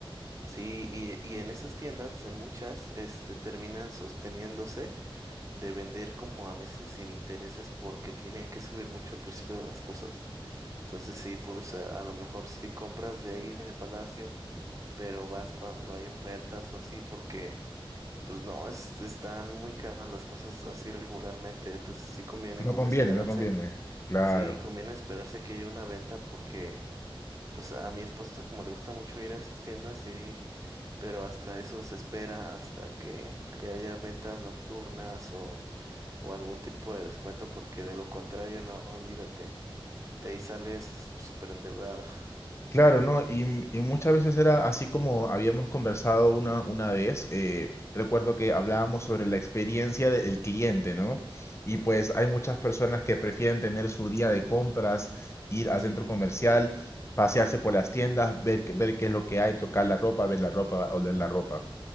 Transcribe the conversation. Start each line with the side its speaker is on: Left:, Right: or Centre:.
Right: sí, y, y en esas tiendas, en muchas, este, terminan sosteniéndose de vender como a meses sin intereses porque tienen que subir mucho el precio de las cosas. Entonces sí, pues a, a lo mejor sí compras de ahí de Palacio, pero vas cuando hay ofertas o así porque pues no, es- están muy caras las cosas así regularmente. Entonces sí conviene
Left: No
Right: como
Left: conviene,
Right: esperarse.
Left: no conviene. Claro.
Right: Sí, conviene esperarse que haya una venta porque pues a mi esposa como le gusta mucho ir a esas tiendas, sí, pero hasta eso se espera, hasta que, que haya ventas nocturnas o, o algún tipo de descuento, porque de lo contrario, no, olvídate, de ahí sales súper endeudado. <laughs>
Left: Claro, ¿no? Y, y muchas veces era así como habíamos conversado una, una vez. eh, recuerdo que hablábamos sobre la experiencia del cliente, ¿no? Y pues hay muchas personas que prefieren tener su día de compras, ir al
Right: Sí,
Left: centro comercial, pasearse por las tiendas, ver, qué- ver qué es lo que hay, tocar la ropa, ver la ropa, oler la ropa.